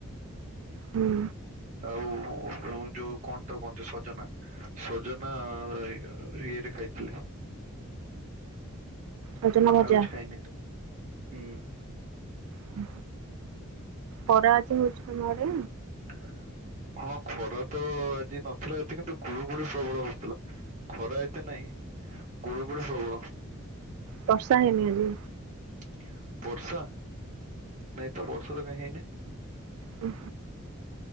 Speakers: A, on the right; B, on the right.
A: ହୁଁ।
B: ଆଉ ଯୋଉ କଣ ତାକୁ କହନ୍ତି ସଜନା ସଜନା ଇଏରେ ଖାଇଥିଲି।
A: ସଜନ ଭଜା।
B: ଆଉ କିଛି ଖାଇନି। ହୁଁ
A: ହୁଁ। ଖରା ହଉଛି ତମ
B: ଖରା
A: ଆଡେ?
B: ଆଜି ହଉଛି ତମ ଆଡ଼େ? ହଁ ଖରା ତ ଆଜି ନଥିଲା ଏତେ କିନ୍ତୁ ଗୁଳୁ ଗୁଳୁ ପ୍ରବଳ ହଉଥିଲା ଖରା ଏତେ ନାହିଁ ଗୁଳୁ ଗୁଳିୁ ପ୍ରବଳ।
A: ବର୍ଷା ହେଇନି ଆଜି?
B: ବର୍ଷା <unintelligible> ବର୍ଷା? ନାଇଁ ତ ବର୍ଷା ତ କାଇଁ ହେଇନି।
A: ହୁଁ